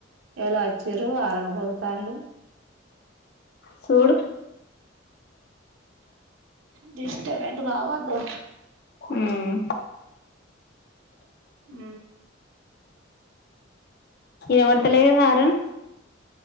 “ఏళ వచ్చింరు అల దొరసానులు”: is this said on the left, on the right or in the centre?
Right